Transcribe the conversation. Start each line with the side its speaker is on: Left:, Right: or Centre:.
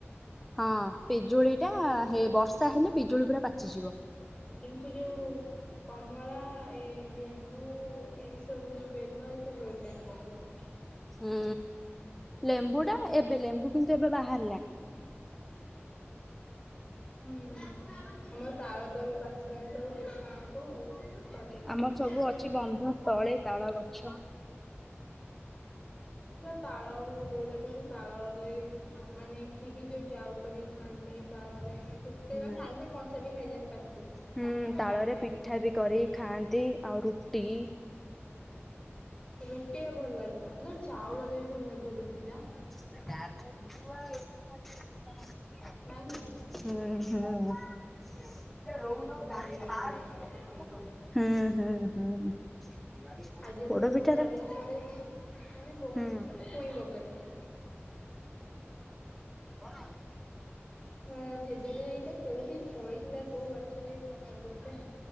Centre: ହଁ ପିଜୁଳିଟା ହେ ବର୍ଷା ହେଲେ ପିଜୁଳି ପୁରା ପାଚିଯିବ।
Left: କିନ୍ତୁ ଯୋଉ କମଳା ଏଇ ଯେମ୍ ବୁ ଏଇ ସବୁ ଯୋଉ ଯୋଉ ବେଲ ଏସବୁ ବୋହୁତ୍ ଟାଇମ ଲାଗିବ।
Centre: ହୁଁ ଲେମ୍ବୁଟା ଏବେ ଲେମ୍ବୁ କିନ୍ତୁ ଏବେ ବାହାର
Left: ହୁଁ ଆମର ତାଳ ଳ ଏବେ ପାଚିଲାଣି ସବୁ ପିଠା ହ ହବ ଆଉ ଭାବିଚି
Centre: ଆମର
Left: ପିଠା
Centre: ସବୁ
Left: କରିମି।
Centre: ଅଛି ବନ୍ଧ ତଳେ ତାଳ ଗଛ।
Left: ତାଳ ମୋ ବୋଉ ଦେଖନ୍ତି ତାଳରେ ମାନେ କ୍ଷୀରି ଯୋଉ ଯାଉ କରିକି ଖାଆନ୍ତି ତାଳରେ କେତୋଳେ
Centre: ହୁଁ
Left: ସାଙ୍ଗେ ସାଙ୍ଗେ କଞ୍ଚା ବି ଖାଇଯାଆନ୍ତି ପାଚିଲେ।
Centre: ହୁଁ ତାଳରେ
Left: ସେମିତି
Centre: ପିଠା ବି କରିିକି ଖାଆନ୍ତି ଆଉ ରୁଟି
Left: ରୁଟି ଆ ଭଲ ଲାଗିବ ଏତଳେ ଚାଉଳରେ ବି ଭଲ ଲାଗିବ ରୁଟି ଯା।
Centre: <inaudible> ହୁଁ
Left: ନା କି
Centre: ହୁଁ। ହୁଁ
Left: ପୋଡ ପିଠାଟା ବି ବଢିଆ ଲାଗେ
Centre: ହୁଁ
Left: ନଡିଆ ପକେଇକି କଲେ।
Centre: ହୁଁ।
Left: ଯେଉଁଠୁ
Centre: ପୋଡ
Left: ମୁଁ ବୋଉ
Centre: ପିଠାଟା
Left: ନଡିଆ ଛଡେଇଚି ମାନେ ବୋ
Centre: ହୁଁ
Left: ମାନେ ଚୁଇଁ ବକଟଟେ।
Centre: ବର।
Left: ହଁ ଜେଜେ ବି ଏଇଟା କୋଉଠି ଫଳିଥିଲା କୋଉ ଗଛରେ ଏଇ ଫ ନଡିଆଟା?